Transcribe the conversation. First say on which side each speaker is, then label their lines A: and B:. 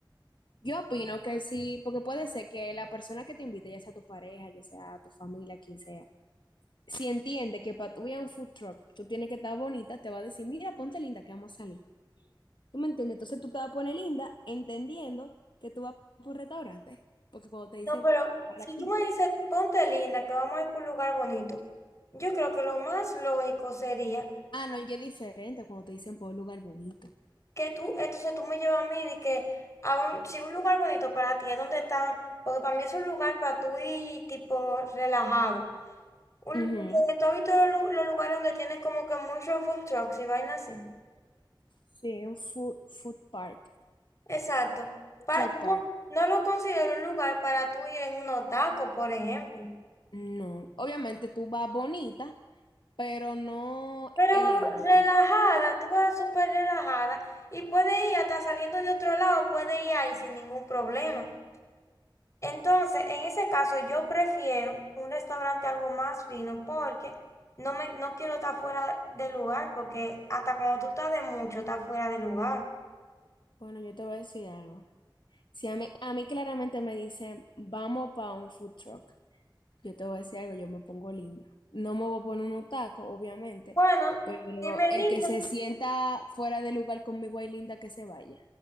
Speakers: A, on the left; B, on the left.
A: Yo opino que sí, porque puede ser que la persona que te invite, ya sea tu pareja, ya sea tu familia, quien sea, si entiende que para tu ir a un food truck tú tienes que estar bonita, te va a decir, mira, ponte linda que vamos a salir. ¿Tú me entiendes? Entonces tú te vas a poner linda entendiendo que tú vas por un restaurante, porque cuando te dicen
B: No, pero
A: para
B: si
A: ti.
B: tú me dices, ponte linda, que vamos a ir por un lugar bonito, yo creo que lo más lógico sería
A: Ah, no, ya es diferente cuando te dicen por un lugar bonito.
B: que tú, entonces tú me llevas a mí de que a un, si un lugar bonito para ti es donde están, porque para mí es un lugar para tú ir tipo relajado. Un,
A: Ujú.
B: eh, ¿tú has visto los, lu- los lugares donde tienen como que muchos food trucks y vainas así?
A: Sí, un food, food park,
B: Exacto. Pa-
A: truck
B: yo
A: park.
B: no, no lo considero un lugar para tú ir en unos tacos, por ejemplo.
A: No, obviamente tú vas bonita, pero no
B: Pero
A: elegante.
B: relajada, tú vas súper relajada y puedes ir hasta saliendo de otro lado, puedes ir ahí sin ningún problema. Entonces, en ese caso, yo prefiero un restaurante algo más fino porque no me, no quiero estar fuera de lugar, porque hasta cuando tú estás de mucho, estás fuera de lugar.
A: Bueno, yo te voy a decir algo. Si a mí, a mí claramente me dicen, vamos para un food truck, yo te voy a decir algo, yo me pongo linda. No me voy a poner unos tacos, obviamente,
B: Bueno,
A: pero
B: si me
A: el
B: dicen,
A: que se sienta fuera de lugar conmigo hay linda que se vaya.